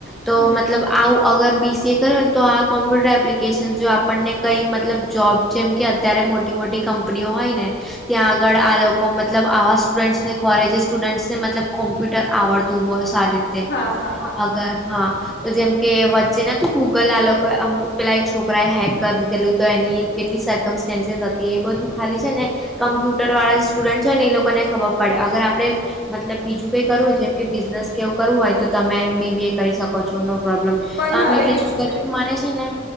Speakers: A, in the centre; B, on the left.
A: તો
B: હમ
A: મતલબ આવું અગર બી સી એ કરું ને તો આ કોમ્પ્યુટર એપ્લિકેશન જો આપણને કંઈ મતલબ જોબ જેમ કે અત્યરે મોટી મોટી કંપનીઓ હોય ને ત્યાં આગળ આ લોકો મતલબ આવા સ્ટુડન્ટસને ખોરે જે સ્ટુડન્ટસને મતલબ કોમ્પ્યુટર આવડ તું ઓર સારી રીતે,
B: હા હા હા
A: અગર હા તો જેમ કે વચ્ચે નતુ ગુગલ આલો એ અમુક પેલાં એક છોકરાએ હેક કરી દિદેલું તો એની કેટલી સરર્કમસ્ટેન્સીસ હતી એ બધું ખાલી છે ને કમ્પ્યુટર વાળા જે સ્ટુડન્ટ હોય ને એ લોકોને ખબર પડે અગર આપળે મતલબ બીજું કઈ કરવું હોય જેમ કે બિઝનેસ કે એવું કરવું હોય તો તમે બી બી એ કરી શકો છો નો પ્રોબ્લેમ.
B: પણ
A: તો આમ
B: મારે
A: એટલે
B: કેવું
A: ચુઝ કચુ
B: છે
A: મને છે ને,